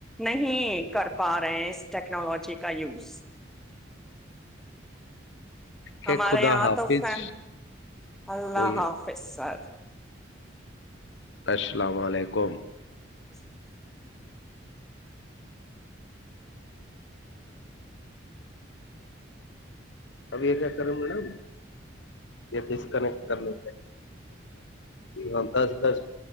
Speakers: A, in the centre; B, on the left.
A: نہیں کر پا رہے ہیں اس ٹیکنالوجی کا یوز <unintelligible>
B: کہ
A: ہمارے
B: خدا
A: یہ
B: حافظ
A: آ فم اللہ
B: کوئی
A: حافظ <unintelligible>
B: السلام علیکم <unintelligible>
A: اچ <inaudible>
B: اب یہ کیا کریں مڈ یہ ڈسکنیکٹ کرنے ہاں دس دس <unintelligible>